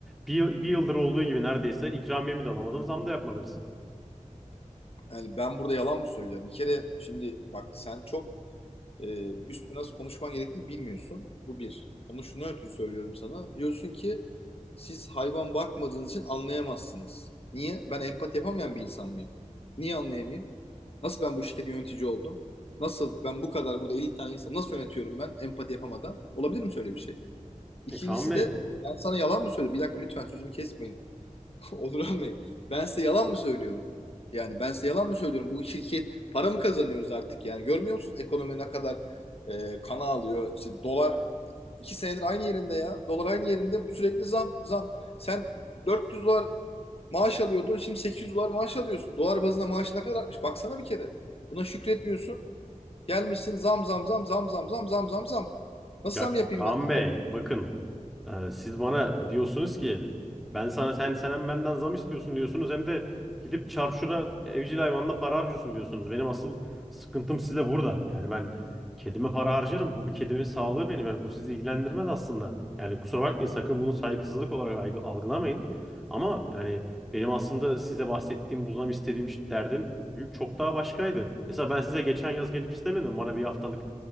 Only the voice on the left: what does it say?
Yani ben burada yalan mı söylüyorum? Bir kere şimdi bak sen çok Ee, üstü nasıl konuşman gerektiğini bilmiyorsun. Bu bir. Onu şuna ötürü söylüyorum sana. Diyorsun ki siz hayvan bakmadığınız için anlayamazsınız. Niye? Ben empati yapamayan bir insan mıyım? Niye anlayamayayım? Nasıl ben bu şirketin yönetici oldum? Nasıl ben bu kadar burada 50 tane insan nasıl yönetiyorum ben empati yapamadan? Olabilir mi şöyle bir şey? İkincisi
de ben sana yalan mı söyledim? Bir dakika lütfen sözümü kesmeyin. <laughs> Onurhan Bey, ben size yalan mı söylüyorum? Yani ben size yalan mı söylüyorum? Bu şirket para mı kazanıyoruz artık? Yani görmüyor musunuz ekonomi ne kadar e, kana alıyor? İşte dolar iki senedir aynı yerinde ya. Dolar aynı yerinde sürekli zam zam. Sen 400 dolar maaş alıyordun şimdi 800 dolar maaş alıyorsun. Dolar bazında maaş ne kadar artmış? Baksana bir kere. Buna şükretmiyorsun. Gelmişsin zam zam zam zam zam zam zam zam zam.
Nasıl zam yapayım
ben size?